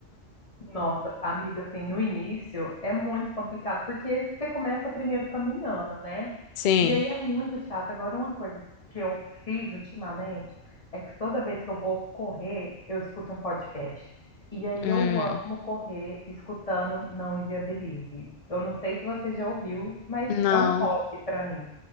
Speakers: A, on the left; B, on the left.
A: Nossa, amiga, assim, no início é muito complicado, porque você começa primeiro caminhando, né?
B: <laughs> Sim.
A: E aí é muito chato. Agora, uma coisa que eu fiz ultimamente é que toda vez que eu vou correr, eu escuto um podcast. E aí
B: Hum.
A: eu amo correr escutando Não Inviabilize. Eu não sei se você já ouviu, mas
B: Não.
A: é um hobby para mim.